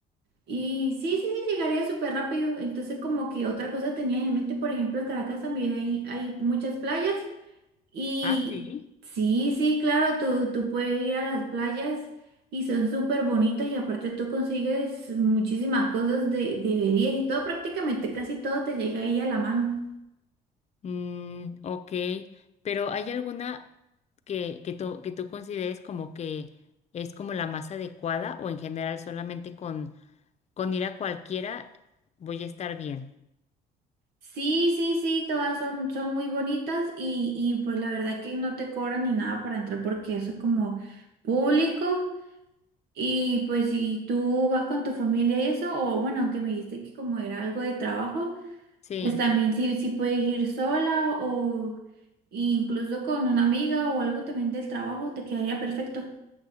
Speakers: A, on the right (about 75°); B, on the left (about 40°).
A: y sí, sí, sí, llegaría súper rápido. Entonces, como que otra cosa tenía en mente, por ejemplo, en Caracas también hay, hay muchas playas y
B: Ah, sí.
A: sí, sí, claro, tú, tú puedes ir a las playas y son súper bonitas y aparte tú consigues muchísimas cosas de, de bebidas y todo, prácticamente casi todo te llega ahí a la mano.
B: Mm, ok. Pero ¿hay alguna que, que tú, que tú consideres como que es como la más adecuada o en general solamente con, con ir a cualquiera voy a estar bien?
A: Sí, sí, sí, todas son, son muy bonitas y, y pues la verdad que no te cobran ni nada para entrar porque eso es como público y pues si tú vas con tu familia y eso, o bueno, aunque me dijiste que como era algo de trabajo,
B: Sí.
A: pues también sí, sí puedes ir sola o incluso con una amiga o algo también del trabajo, te quedaría perfecto.